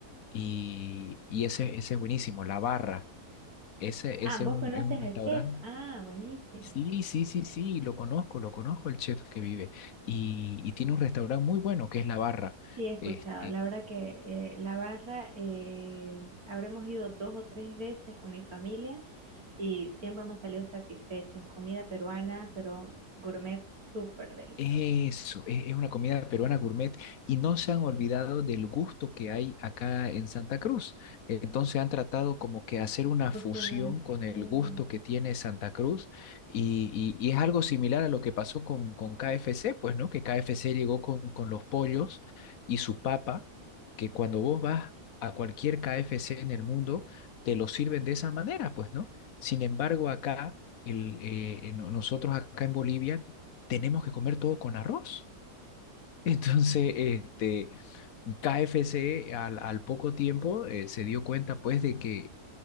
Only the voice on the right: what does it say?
Ah,
¿vos
conoces
al
chef? Ah, buenísima.
Sí, he escuchado.
La verdad que eh, la barra, eh, habremos ido dos o tres veces con mi familia y siempre hemos salido satisfechos. Comida peruana, pero gourmet súper deliciosa.
Fusionar.
Mm,